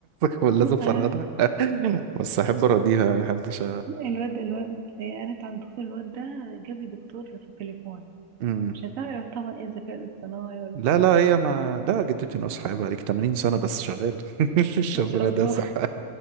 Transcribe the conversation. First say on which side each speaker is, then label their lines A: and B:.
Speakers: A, on the right (about 60°); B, on the right (about 85°).
A: <laughs> لازم
B: آه.
A: فرهدة <laughs> بس احب اراضيها ما احبش
B: الواد الواد انا كان دكتور الواد ده جاب لي دكتور في التليفون
A: أ-
B: مش هتعرف طبعا ايه الذكاء الاصطناعي ولا
A: لا لا هي ما لا جدتي ناصحة بقى لك 80 سنة بس شغال <laughs>
B: ما
A: ربنا
B: شاء الله
A: ده صحة